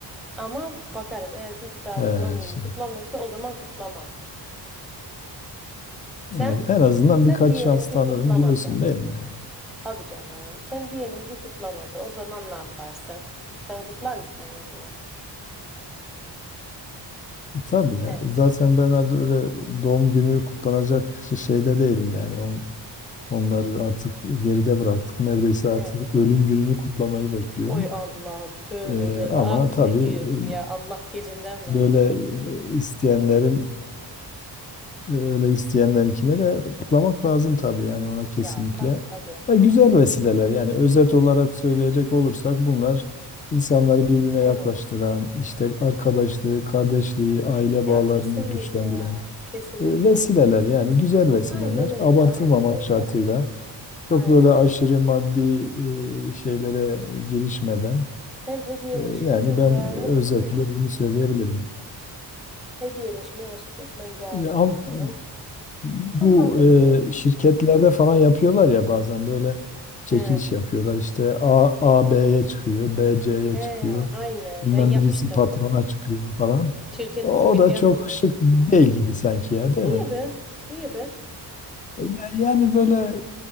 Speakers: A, in the centre; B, on the left.
A: Ama bakarım eğer bir dahaki
B: Ee,
A: doğum günüm
B: şimdi,
A: kutlamıyorsa o zaman kutlamam. Sen?
B: evet, en azından
A: Sen
B: birkaç
A: diyelim
B: şans
A: ki
B: tanırım
A: kutlamadı.
B: diyorsun değil mi yani?
A: Tabii canım. Sen diyelim ki kutlamadı. O zaman ne yaparsın? Sen kutlar mısın onunkini?
B: E, Tabii ya.
A: He.
B: Zaten ben artık öyle doğum günü kutlanacak şey- şeyde değilim yani. On, onları artık geride bıraktık. Neredeyse artık
A: He.
B: ölüm gününü kutlamayı bekliyorum.
A: Oy Allah'ım tövbe
B: Ee,
A: tövbe
B: ama
A: abi
B: tabii
A: ne diyorsun
B: e,
A: ya Allah gecinden versin.
B: böyle e, isteyenlerin e, öyle isteyenlerinkine de kutlamak lazım tabii yani ona kesinlikle.
A: Ya tabii tabii.
B: Ya güzel vesileler yani özet olarak söyleyecek olursak bunlar insanları birbirine
A: Evet.
B: yaklaştıran, işte arkadaşlığı, kardeşliği, aile
A: Ya
B: bağlarını
A: kesinlikle
B: güçlendiren
A: ya. Kesinlikle.
B: E, Vesileler yani güzel vesileler
A: Aynen öyle.
B: abartılmamak
A: Aynen öyle.
B: şartıyla
A: Aynen
B: çok böyle aşırı
A: öyle.
B: maddi e, şeylere girişmeden
A: Ben hediyeleşmeyi
B: e, yani
A: çok
B: ben
A: değerli
B: özetle
A: buluyorum.
B: bunu söyleyebilirim.
A: Hediyeleşmeyi açıkçası ben değerli
B: E,
A: buluyorum.
B: am- bu
A: Anlamlı buluyorum.
B: e, şirketlerde falan yapıyorlar ya bazen böyle çekiliş
A: He.
B: yapıyorlar işte A, A B'ye çıkıyor B C'ye
A: He,
B: çıkıyor
A: aynen.
B: bilmem
A: Ben yapmıştım.
B: birisi patrona çıkıyor falan.
A: Şirket
B: O
A: bizim
B: da
A: yazın...
B: çok şık değil gibi sanki ya değil
A: Niye
B: mi?
A: be? Niye be?
B: Ya- Yani böyle